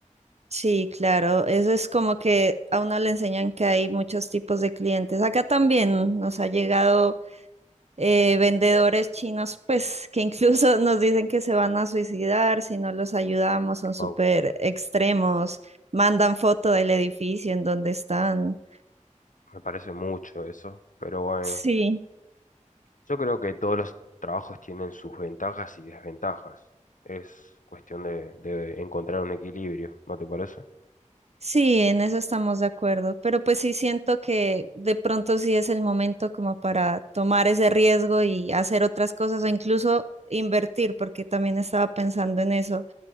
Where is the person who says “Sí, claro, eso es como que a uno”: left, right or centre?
Right